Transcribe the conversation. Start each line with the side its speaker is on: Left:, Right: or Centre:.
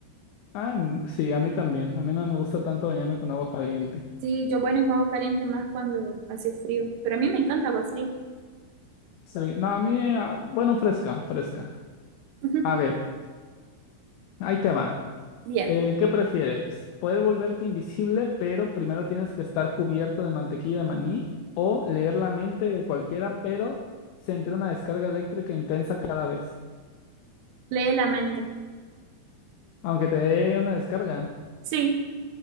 Left: Ah, mm, sí, a mí también. A mí no me gusta tanto bañarme con agua caliente.
Right: Sí, yo bueno en agua caliente más cuando hace frío, pero a mí me encanta agua fría.
Left: Sí, no, a mí, eh, ah, bueno, fresca, fresca.
Right: Ujú.
Left: A ver, ahí te va.
Right: Bien,
Left: Eh, ¿qué prefieres? ¿Poder volverte invisible, pero primero tienes que estar cubierto de mantequilla de maní? ¿O leer la mente de cualquiera, pero sentir una descarga eléctrica intensa cada vez?
Right: lee la mente.
Left: Aunque te dé una descarga.
Right: Sí,